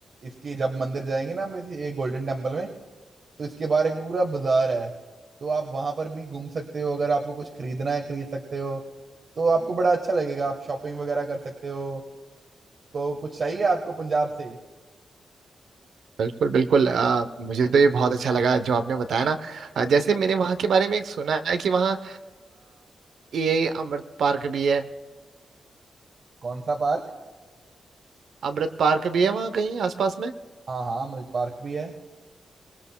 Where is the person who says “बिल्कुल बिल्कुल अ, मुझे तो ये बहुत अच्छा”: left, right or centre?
Right